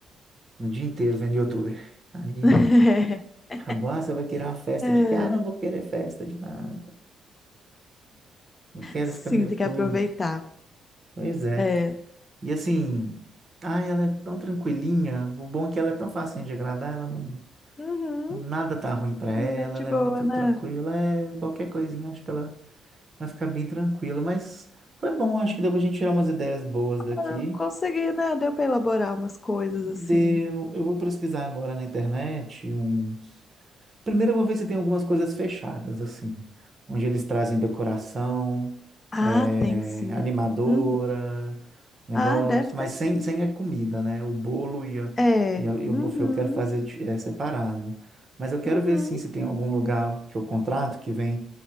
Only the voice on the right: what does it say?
no dia inteiro vendo youtuber. Aí
acabou, ah, você vai querer uma festa
de que? Ah, não vou querer festa de nada. Não quero
ficar no YouTube.
Pois é.
E assim, ah, ela é tão tranquilinha. O bom é que ela é tão facinha de agradar, ela não,
nada tá ruim pra ela,
ela
é muito
tranquila, é qualquer coisinha, acho que ela vai ficar bem tranquila, mas foi bom, acho que deu pra gente tirar umas ideias boas daqui.
Deu. Eu vou pesquisar agora na internet um. Primeiro eu vou ver se tem algumas coisas fechadas, assim, onde eles trazem decoração,
eh,
animadora,
negócio,
mas
sem, sem a comida, né? O bolo e, a-
e, a- e o
buffet eu quero fazer de- eh, separado. Mas eu quero
ver, sim, se tem algum lugar que eu contrato que vem